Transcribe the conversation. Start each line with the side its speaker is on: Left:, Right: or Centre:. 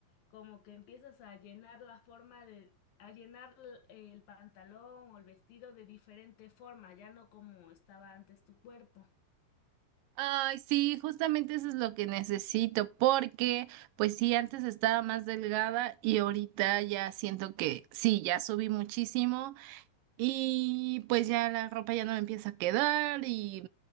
Left: como que empiezas a llenar la forma de a llenar el el pantalón o el vestido de diferente forma, ya no como estaba antes tu cuerpo.
Right: Ay, sí, justamente eso es lo que necesito, porque pues sí, antes estaba más delgada y ahorita ya siento que sí, ya subí muchísimo Y pues ya la ropa ya no me empieza a quedar y,